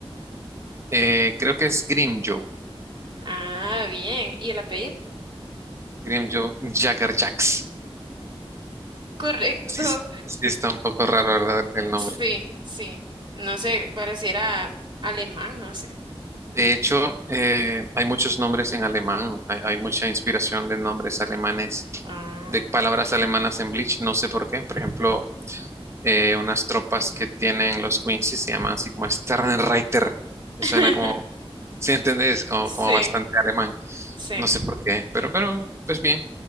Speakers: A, on the right (about 25°); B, on the right (about 50°).
A: eh, creo que es Grimjoe.
B: Ah, bien. ¿Y el apellido?
A: Grimjoe Jagger Jax.
B: Correcto.
A: Sí, es- sí está un poco raro, ¿verdad? El nombre.
B: Sí, sí. No sé, pareciera alemán, no sé.
A: De hecho, eh, hay muchos nombres en alemán. Hay, hay mucha inspiración de nombres alemanes,
B: Ah,
A: de palabras alemanas en Bleach. No sé por qué. Por ejemplo, eh, unas tropas que tienen los Quincy se llaman así como Sternreiter. Y
B: <laughs>
A: suena como, ¿sí entendés? Como,
B: Sí,
A: como bastante alemán.
B: sí,
A: No sé por qué, pero, pero, pues bien.